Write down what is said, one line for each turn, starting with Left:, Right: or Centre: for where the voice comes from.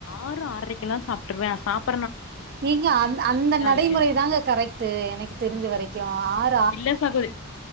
Left: ஆறு ஆர்ரை கல்லாம் சாப்ட்ருவேன் சாப்
Right: நீங்க அ அந்த நடைமுறை
Left: இருக்கே
Right: தாங்க கரெக்டு எனக்கு தெருஞ்ச வரைக்கும் ஆறு
Left: இல்ல சகோதிரி